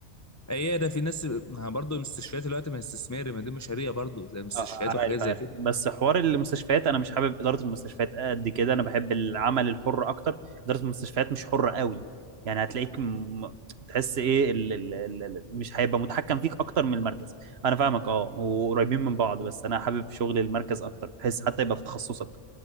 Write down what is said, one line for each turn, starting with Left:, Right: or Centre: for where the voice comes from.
Left: هي ده في ناس ما برضو المستشفيات دلوقتي ما هي استثماري ما دي مشاريع برضو زي المستشفيات
Right: اه آه، عارف
Left: وحاجات زي
Right: عارف
Left: كده
Right: بس حوار المستشفيات انا مش حابب اداره المستشفيات قد كده انا بحب العمل الحر اكتر اداره المستشفيات مش حره قوي يعني هتلاقيك م... تحس ايه ال... ال... ال... ال- مش هيبقى متحكم فيك اكتر من المركز انا فاهمك اه وقريبين من بعض بس انا حابب شغل المركز اكتر بحيث حتى يبقى في تخصصك